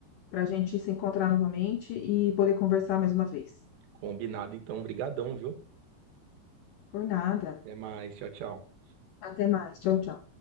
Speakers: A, on the left; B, on the right.
A: para a gente se encontrar novamente e poder conversar mais uma vez.
B: Combinado, então, brigadão, viu?
A: Por nada.
B: Até mais, tchau, tchau.
A: Até mais. Tchau, tchau.